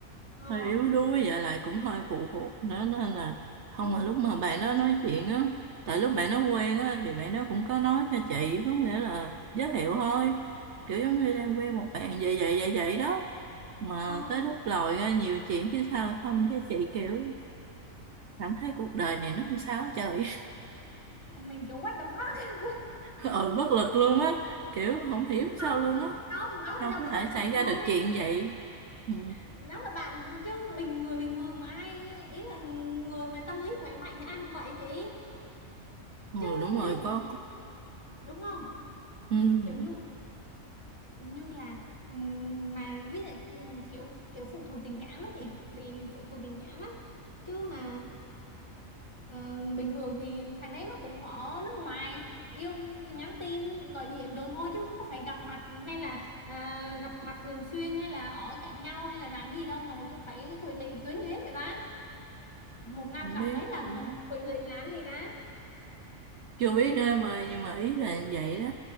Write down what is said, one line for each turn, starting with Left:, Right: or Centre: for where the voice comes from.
Left: ờ
Right: hơi yếu đuối vậy lại cũng hơi phụ thuộc nữa nên là không
Left: ừ
Right: mà lúc mà bạn đó nói chuyện á tại lúc bạn nó quen á thì bạn đó cũng có nói cho chị có nghĩa là giới
Left: ờ
Right: thiệu thôi kiểu giống
Left: ừ
Right: như đang quen một bạn vậy vậy vậy vậy đó mà
Left: ờ
Right: tới lúc lòi ra nhiều chuyện phía sau không cái chị kiểu cảm thấy cuộc đời này nó làm sao á trời
Left: À, mình kiểu what the fuck
Right: <laughs> ờ bất lực luôn á kiểu không hiểu
Left: không
Right: sao luôn á
Left: không đó
Right: sao
Left: là do
Right: có thể
Left: bạn chị
Right: xảy ra
Left: thôi
Right: được chuyện vậy ừ,
Left: đó là bạn chứ bình người bình thường mà ai ý là người mà tâm lý khỏe mạnh thì ai mà vậy chị
Right: ừ
Left: chứ
Right: đúng rồi
Left: ví dụ
Right: có, có
Left: đúng không
Right: ừ,
Left: kiểu như như là ừm, mà ví dụ ừm, kiểu kiểu phụ thuộc tình cảm á chị bị phụ thuộc tình cảm á chứ mà ờ, bình thường thì thằng đấy nó cũng ở nước ngoài yêu nhắn tin gọi điện đồ thôi chứ không có phải gặp mặt hay là à, gặp mặt thường xuyên hay là ở cạnh nhau hay là làm gì đâu mà phải quỵ lị quyến luyến vậy ta một năm
Right: không
Left: gặp
Right: biết
Left: mấy lần
Right: nữa.
Left: mà quỵ lụy làm gì ta
Right: chưa biết nữa em ơi nhưng mà ý là như vậy đó